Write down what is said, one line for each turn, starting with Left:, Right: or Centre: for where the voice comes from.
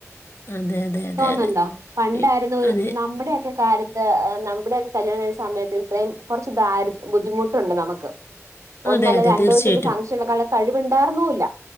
Left: അതെ അതെ അതെ
Right: തോന്നണ്ടോ
Left: അതെ
Right: പണ്ടായിരുന്നു
Left: എ- അതെ
Right: നമ്മുടെൊക്കെ കത്ത് ഇവിടെയക്ക കല്യാണം കഴിഞ്ഞ് സമയത്ത് ഇത്രയും കുറച്ച് ദാരിദ് ബുദ്ധിമുട്ടുണ്ട് നമുക്ക് ഒന്നല്ല
Left: അതെ അതെ
Right: രണ്ടു
Left: തീർച്ചയായിട്ടും.
Right: ദിവസം ഫംഗ്ഷൻ ഒക്കെ കഴിവുണ്ടായിർന്നല്ല